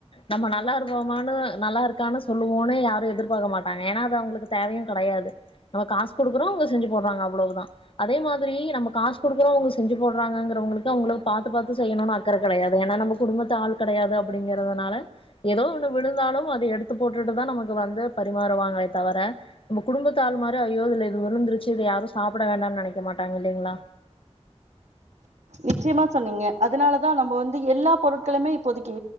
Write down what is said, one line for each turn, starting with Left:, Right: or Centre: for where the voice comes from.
Left: நம்ம நல்லா இருபோமானு நல்லா இருக்கானு சொல்லுவோனு யாரு எதிர்பார்க்க மாட்டாங்க ஏனா அது அவுங்களுக்கு தேவையுங் கெடையாது நம்ம காசு குடுக்குறோ அவுங்க செஞ்சு போடுறாங்க அவ்ளவுதா அதே மாதிரி நம்ம காசு குடுக்குறோ அவுங்க செஞ்சுபோடுறாங்கங்கிறவங்களுக்கு அவுங்களுக்கு பாத்து பாத்து செய்யணுனு அக்கற கெடையாது ஏனா நம்ம குடும்பத்த ஆள் கெடையாது அப்படிங்கறதுனால ஏதோ ஒண்ணு விழுந்தாலும் அத எடுத்து போட்டுட்டுதா நமக்கு வந்து பரிமாறுவாங்களே தவிர நம்ம குடும்பத்த ஆள் மாரி ஐயோ இதுல இது விழுந்துருச்சு யாரு சாப்பிட வேண்டானு நினைக்க மாட்டாங்க ல்லைங்ளா
Right: நிச்சயமா சொன்னீங்க அதனாலதா நம்ம வந்து எல்லா பொருட்களுமே இப்போதைக்கு